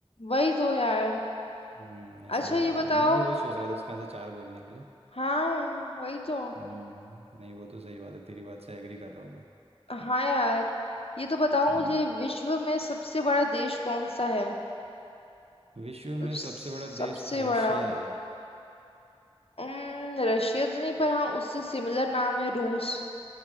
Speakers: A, on the left; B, on the right.
A: वही तो यार
B: हम्म नहीं सही
A: अच्छा ये
B: बात
A: बताओ
B: है मैं भी वही सोच रहा था इसका आंसर चार बोलने के लिए
A: हाँ वही तो
B: हम्म नहीं वो तो सही बात है तेरी बात से एग्री कर रहा हूँ मैं
A: हाँ यार ये तो बताओ
B: हम्म
A: मुझे विश्व में सबसे बड़ा देश कौन सा है
B: विश्व
A: मतलब
B: में
A: सबसे
B: सबसे बड़ा देश रशिया
A: बड़ा
B: है
A: उम्म, रशिया तो नहीं पर हाँ उससे सिमिलर नाम है रूस